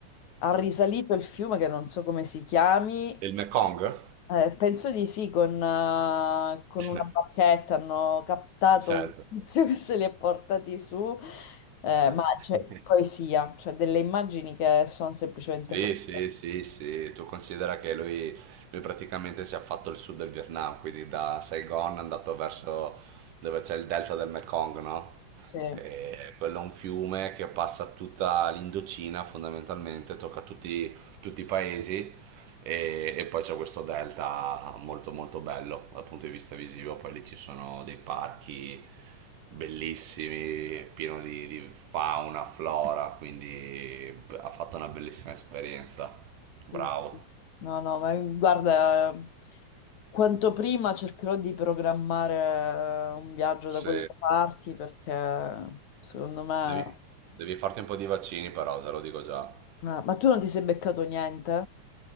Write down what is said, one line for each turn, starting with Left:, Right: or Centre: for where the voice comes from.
Left: ha risalito il fiume che non so come si chiami
Right: E il Mekong?
Left: eh, penso di sì, con, eh, con
Right: <laughs>
Left: una bacchetta hanno captato
Right: Certo.
Left: un tizio che se li ha portati su, eh,
Right: <laughs>
Left: ma c'è poesia, cioè delle immagini che sono semplicemente
Right: Sì,
Left: poesia.
Right: sì, sì, sì, tu considera che lui, lui praticamente si è fatto il sud del Vietnam, quindi da Saigon è andato verso dove c'è il delta del Mekong, no?
Left: Sì,
Right: E quello è un fiume che passa tutta l'Indocina fondamentalmente, tocca tutti, tutti i paesi e, e poi c'è questo delta molto molto bello dal punto di vista visivo, poi lì ci sono dei parchi bellissimi, pieno di, di fauna, flora, quindi ha fatto una bellissima esperienza.
Left: sì,
Right: Bravo.
Left: sì. No, no, ma guarda, eh, quanto prima cercherò di programmare eh, un viaggio
Right: Sì,
Left: da quelle parti perché secondo me...
Right: devi, devi farti un po' di vaccini però, te lo dico già.
Left: Ma ma tu non ti sei beccato niente?